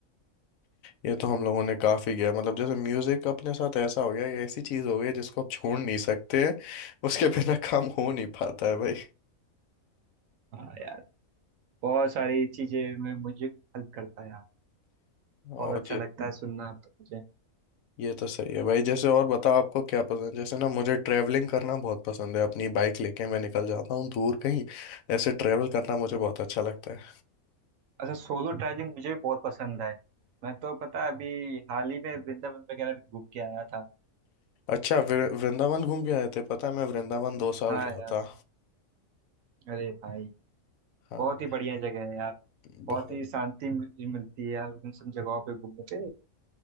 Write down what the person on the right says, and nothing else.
हाँ यार बहुत सारी चीजें में म्यूजिक हेल्प करता है यार
बहुत अच्छा लगता है सुनना तो मुझे
अच्छा सोलो ट्रैवलिंग मुझे भी बहुत पसंद है मैं तो पता है, अभी हाल ही में वृंदावन वगैरह भी घूम के आया था
हाँ
यार
अरे भाई
बहुत
ही बढ़िया जगह है यार
बहुत ही शांति मिल- मिलती है यार उन सब जगहों पे घूमने पे